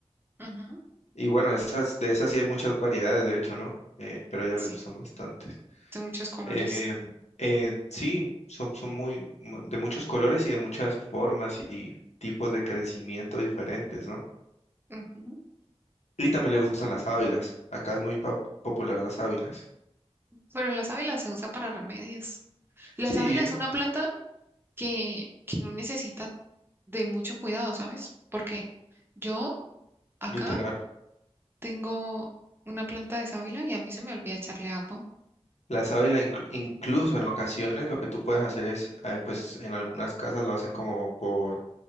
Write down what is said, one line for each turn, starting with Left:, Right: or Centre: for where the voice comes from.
Right: Ujú,
Left: Y bueno, esas, de esas sí hay muchas variedades, de hecho, ¿no? Eh, pero a ella le
Right: Sí,
Left: gustan bastantes.
Right: de muchos colores.
Left: Eh, eh, sí, son, son muy, mu- de muchos colores y de muchas formas y tipos de crecimiento diferentes, ¿no?
Right: Ujú.
Left: Y también le gustan las ávilas. Acá es muy pop- popular las ávilas.
Right: Pero las sábila se usa para remedios. La
Left: Sí,
Right: sábila es una planta que, que no necesita de mucho cuidado, ¿sabes? Porque yo acá
Left: literal.
Right: tengo una planta de sábila y a mí se me olvida echarle agua.
Left: La sábila inc- incluso en ocasiones lo que tú puedes hacer es, eh, pues en algunas casas lo hacen como por